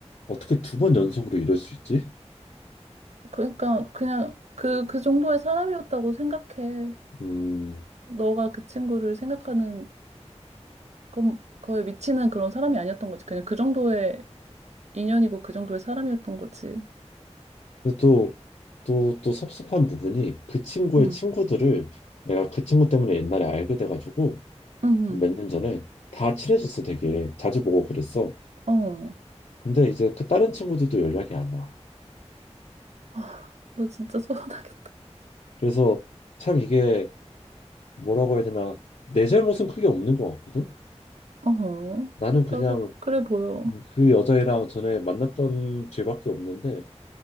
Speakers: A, on the left; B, on the right.
A: 어떻게 두 번 연속으로 이럴 수 있지?
B: 그러니까 그냥 그 그 정도의 사람이었다고 생각해.
A: 음,
B: 너가 그 친구를 생각하는 건 거의 미치는 그런 사람이 아니었던 거지. 그냥 그 정도의 인연이고 그 정도의 사람이었던 거지.
A: 근데 또, 또, 또 섭섭한 부분이 그 친구의
B: 응,
A: 친구들을 내가 그 친구 때문에 옛날에 알게 돼가지고
B: 응,
A: 몇 년 전에 다 친해졌어 되게 자주 보고 그랬어.
B: 응. 어.
A: 근데 이제 그 다른 친구들도 연락이 안 와.
B: 아, 너 진짜 <laughs> 서운하겠다.
A: 그래서 참 이게 뭐라고 해야 되나 내 잘못은 크게 없는 것 같거든.
B: 어,
A: 나는 그냥
B: 나도 그래 보여.
A: 그 여자애랑 전에 만났던 죄밖에 없는데